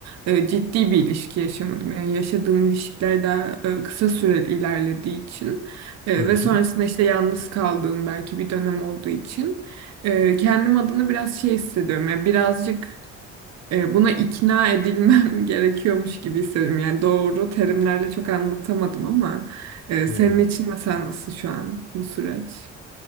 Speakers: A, on the right; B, on the left.
A: e, ciddi bir ilişki yaşamadım. Yani yaşadığım ilişkiler daha e, kısa süreli ilerlediği için. E,
B: Hı
A: ve sonrasında
B: hı.
A: işte yalnız kaldığım belki bir dönem olduğu için e, kendim adına biraz şey hissediyorum. Yani birazcık e, buna ikna edilmem <laughs> gerekiyormuş gibi hissediyorum. Yani doğru terimlerle çok anlatamadım ama e,
B: hı.
A: senin için mesela nasıl şu an bu süreç?